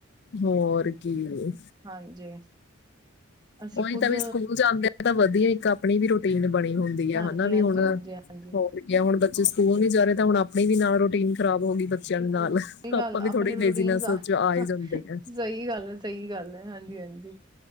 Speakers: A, on the left; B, on the right.
A: ਹੋਰ ਕੀ ਏ?
B: ਹਾਂਜੀ। ਅਸੀਂ
A: ਓਈ
B: ਖੁਦ
A: ਤਾਂ ਵੀ ਸਕੂਲ ਜਾਂਦੇ ਆ ਤਾਂ ਵਧੀਐ, ਇੱਕ ਆਪਣੀ ਵੀ ਰੂਟੀਨ ਬਣੀ ਹੁੰਦੀ ਆ,
B: ਹਾਂਜੀ
A: ਹਨਾ ਵੀ
B: ਹਾਂਜੀ
A: ਹੁਣ
B: ਹਾਂਜੀ ਹਾਂਜੀ
A: ਹੋਰ ਗਿਆ ਹੁਣ ਬੱਚੇ ਸਕੂਲ ਨੀ ਜਾ ਰੇ ਤਾਂ ਹੁਣ ਅਪਣੀ ਵੀ ਨਾਲ ਰੋਟੀਨ ਖਰਾਬ ਹੋ ਗੀ ਬੱਚਿਆਂ ਦੇ ਨਾਲ।
B: ਸਹੀ ਗੱਲ
A: ਆਪਾਂ ਵੀ ਥੋੜੀ
B: ਅਪਣੀ ਰੂਟੀਨ
A: ਲੇਜ਼ੀਨੈਸ
B: ਸਾ
A: ਚ ਆ ਹੀ
B: ਸਹੀ
A: ਜਾਂਦੇ ਆ
B: ਗੱਲ ਐ, ਸਹੀ ਗੱਲ ਐ। ਹਾਂਜੀ, ਹਾਂਜੀ।